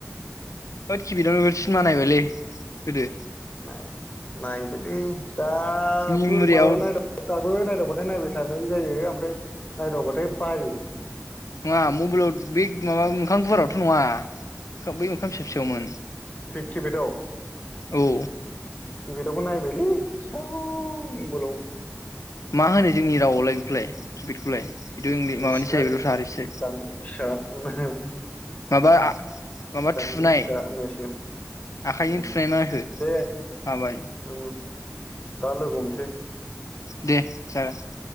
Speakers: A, on the left (about 75°); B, on the left (about 25°).
A: होद किपेदाव बिराद सिनेमा नायबायलै गोदो
B: नाय-नायबायलै दाबो
A: मेम'रियाव
B: मालाबा नायदो <inaudible> दाबो <inaudible> नाय नायदावबाथाय नायबाय थानाय जायो ओमफ्राय नायदावबाथाय बायो
A: नङा मबाइलाव बे माबा मोखां गुवारावथ' नङा बै मोखां फिसा फिसायावमोन
B: केेपेटाव
A: औ
B: केेपेटआवबो नायबायलै फिसा बोलाव
A: मा होनो जोंनि रावआवलाय बेखौलाय किपेडखौलाय बेथ' इंलि
B: मिथिला
A: माबानिसो जाहैबाय दस्रा हारिसो
B: जानबुं फिसा <unintelligible>
A: माबा माबा
B: जानबुं
A: थुनाय
B: फिसा होननां सिगोन
A: आखाइजों थुनाय मा होखो
B: दे
A: माबा
B: ओम दा लोगो हमसै
A: दे जागोन